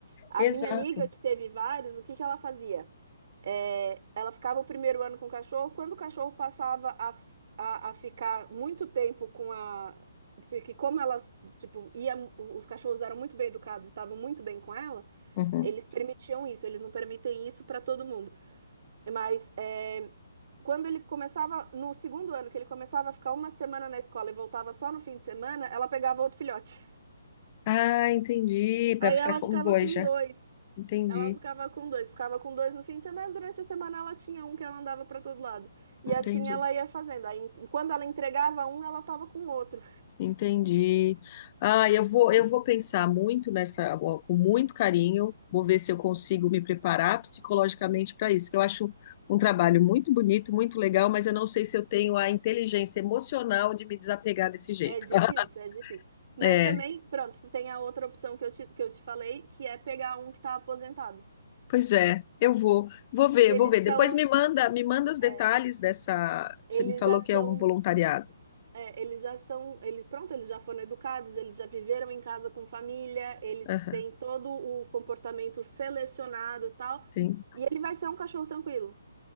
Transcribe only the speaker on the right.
A
minha amiga, que teve vários, o que que ela fazia? É, ela ficava o primeiro ano com o cachorro. Quando o cachorro passava a, a, a ficar muito tempo com a. Porque como elas, tipo, ia, os cachorros eram muito bem educados e estavam muito bem com ela,
eles permitiam isso, eles não permitem isso para todo mundo. Mas é, quando ele começava, no segundo ano, que ele começava a ficar uma semana na escola e voltava só no fim de semana, ela pegava outro filhote. <laughs>
Aí
ela
ficava
com dois.
Ela ficava com dois, ficava com dois no fim de semana, durante a semana ela tinha um que ela andava para todo lado. E
assim ela ia fazendo. Aí, em- quando ela entregava um, ela tava com outro.
É difícil,
é difícil. Mas
também, pronto, tem a outra opção que eu te, que eu te falei, que é pegar um que tá aposentado.
Que eles
são,
é,
eles
já são
É, eles já são, eles, pronto, eles já foram educados, eles já viveram em casa com família, eles
têm todo o comportamento selecionado e tal,
e ele vai ser um cachorro tranquilo.